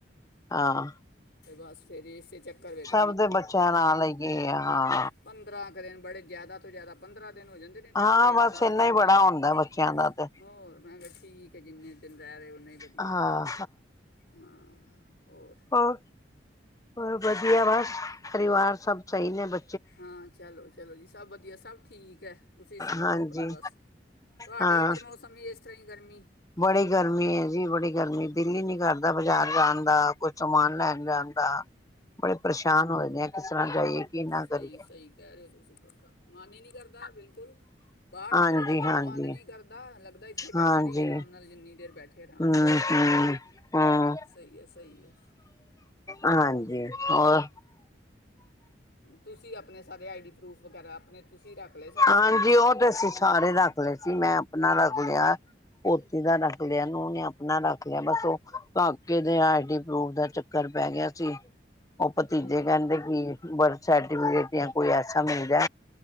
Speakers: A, on the left; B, on the left.
A: ਹਾਂ
B: ਤੇ ਬਸ ਫਿਰ ਇਸੇ ਚੱਕਰ ਵਿੱਚ
A: ਸਭ ਦੇ ਬੱਚਿਆਂ ਨਾਲੇ ਆ ਹਾਂ
B: ਪੰਦਰਾਂ ਨੂ ਨੇ ਬੜੇ ਜ਼ਿਆਦਾ ਤੋਂ ਜ਼ਿਆਦਾ ਪੰਦਰਾਂ ਦਿਨ ਹੋ ਜਾਂਦੇ ਨੇ ਤੇ
A: ਹਾਂ
B: ਹਫ਼ਤੇ
A: ਬਸ
B: ਦਸ
A: ਇੰਨਾ
B: ਦਿਨ
A: ਬੜਾ
B: ਬਾਅਦ ਹੀ
A: ਹੁੰਦਾ ਬੱਚਿਆਂ ਦਾ ਤੇ
B: ਹੋਰ ਮੈਂ ਕਿਹਾ ਠੀਕ ਹੈ ਜਿੰਨੇ ਦਿਨ ਰਹਿ ਰਹੇ ਉਓਨੇ ਹੀ ਵਧੀਆ
A: ਹਾਂ
B: ਹਾਂ ਹੋਰ
A: ਹੋ ਹੋਰ ਵਧੀਆ ਵਧੀਆ ਬਸ ਪਰਿਵਾਰ ਸਭ ਸਹੀ ਨੇ ਬ
B: ਹਾਂ ਚਲੋ -ਚਲੋ ਜੀ ਸਭ ਵਧੀਆ ਸਭ ਠੀਕ ਹੈ ਤੁਸੀਂ ਸੁਣਾਓ
A: ਹਾਂਜੀ,
B: ਆਪਣਾ ਬਸ ਤੁਹਾਡੇ
A: ਹਾਂ,
B: ਉਧਰ ਮੌਸਮ ਹੀ ਇਸ ਤਰ੍ਹਾਂ ਹੀ ਗਰਮੀ
A: ਬੜੀ ਗਰਮੀ ਹੈ ਜੀ, ਬੜੀ ਗਰਮੀ ਦਿਲ ਈ ਨੀ ਕਰਦਾ ਤਾ ਬਾਜ਼ਾਰ ਜਾਉਣ ਦਾ ਕੁਛ ਸਮਾਨ ਲੈਣ ਜਾਂਣਦਾ ਬੜੇ ਪਰੇਸ਼ਾਨ ਹੋ ਜਾਨੇ ਕਿਸ ਤਰ੍ਹਾਂ ਜਾਈਏ ਕੀ ਨਾ
B: ਸਹੀ-ਸਹੀ
A: ਕਰੀਏ
B: ਕਹਿ ਰਹੇ ਹੋ ਤੁਸੀਂ ਕਾਕਾ ਮਨ ਹੀ ਨਹੀਂ ਕਰਦਾ ਬਿਲਕੁਲ ਬਾਹਰ ਨਿਕਲਣ
A: ਹਾਂਜੀ
B: ਦਾ
A: ਹਾਂਜੀ
B: ਘਰੋਂ ਮਨ ਨੀ ਕਰਦਾ ਲ ਪਤਾ ਇੱਥੇ
A: ਹਾਂਜੀ
B: ਬੈਠੇ ਰਹੀਏ ਆਰਾਮ ਨਾਲ ਜਿੰਨੀ ਦੇਰ ਬੈਠੇ ਆਰਾਮ
A: ਹਮ
B: ਨਾਲ
A: ਹਮ
B: ਹਾਂ
A: ਹਮ
B: ਸਹੀ ਹੈ-ਸਹੀ ਹੈ ਹੋਰ
A: ਹਾਂਜੀ ਹੋਰ
B: ਤੁਸੀਂ ਆਪਣੇ ਸਾਰੇ ਆਈ ਡੀ ਪ੍ਰੂਫ ਵਗੈਰਾ ਆਪਣੇ ਤੁਸੀਂ ਰੱਖ ਲਏ ਸਾਰਾ
A: ਹਾਂਜੀ
B: ਸਮਾਨ
A: ਉਹ ਤੇ ਅਸੀਂ ਸਾਰੇ ਰੱਖ ਲਏ ਸੀ ਮੈਂ <unintelligible> ਪੋਤੀ ਦਾ ਨਾ ਰ ਲਿਆ, ਨੂੰ ਨੇ ਆਪਣਾ ਰੱਖ ਲਿਆ ਬਸ ਉਹ ਕਾਕੇ ਦੇ ਆਈ ਡੀ ਪ੍ਰੂਫ ਦਾ ਚੱਕਰ ਪੈ ਗਿਆ ਸੀ ਉਹ ਭਤੀਜੇ
B: ਹੂੰ
A: ਕਹਿੰਦੇ ਕਿ ਬਰ ਸਰਟੀਫਕੇਟ ਜਾਂ ਕੋਈ ਐਸਾ ਮਿਲਦਾ